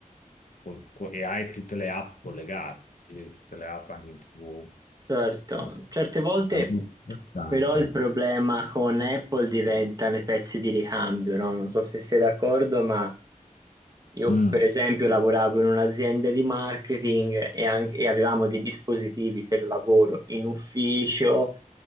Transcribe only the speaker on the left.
col- co- e hai tutte le app collegate, quindi vedi tutte le app anche in TV.
Ecco,
È molto interessante.
Mm.